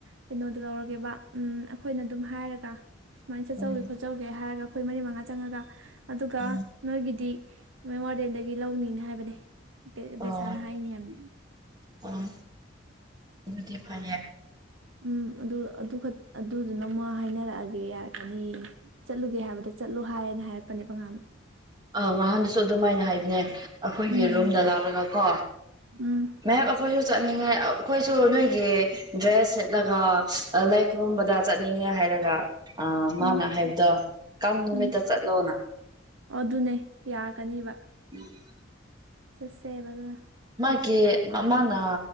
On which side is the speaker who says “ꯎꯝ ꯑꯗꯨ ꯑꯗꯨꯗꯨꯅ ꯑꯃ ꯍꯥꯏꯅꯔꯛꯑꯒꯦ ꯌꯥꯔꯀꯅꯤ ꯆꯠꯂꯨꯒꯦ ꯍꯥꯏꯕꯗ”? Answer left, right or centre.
Right